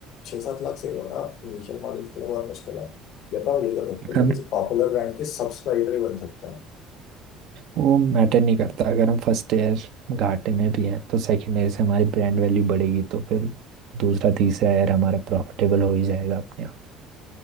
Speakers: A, on the left (about 55°); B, on the right (about 60°).
A: छः सात लाख से होना इनिशियल मॉडल्स के लिए बहुत मुश्किल है या तो आप ये कर सकते हैं
B: हम
A: कि किसी पॉपुलर ब्रांड के सब्सक्राइबर ही बन सकते हैं
B: वो मैटर नहीं करता अगर हम फर्स्ट ईयर घाटे में भी हैं तो सेकेंड ईयर से हमारी ब्रांड वैल्यू बढ़ेगी तो फिर दूसरा तीसरा ईयर हमारा प्रॉफिटेबल हो ही जाएगा अपने आप